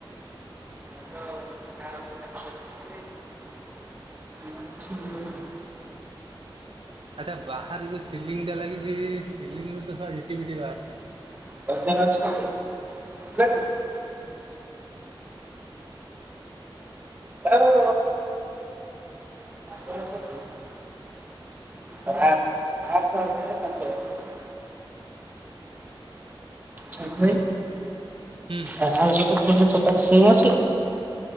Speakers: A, on the right; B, on the right.
A: ଭଲ ଆଉ <inaudible>
B: ହେଟା ବାହାରେ ଯୋଉ ସିଲିଂ ଟା ଲାଗିଚି-ଇ ସିଲିଂ ରୁ ତ ଶଳା ଝିଟିପିଟି ବାହାରୁଛନ୍ତି।
A: <unintelligible> ଯାଉଁ ବ୍ୟାଚ୍। <unintelligible> ସଂଖୁଳି।
B: ହୁଁ ହୁଁ।
A: ଆଉ ଛୋଟ ଫୋନରେ ସେଟା ବି ସିମ୍ ଅଛି କି?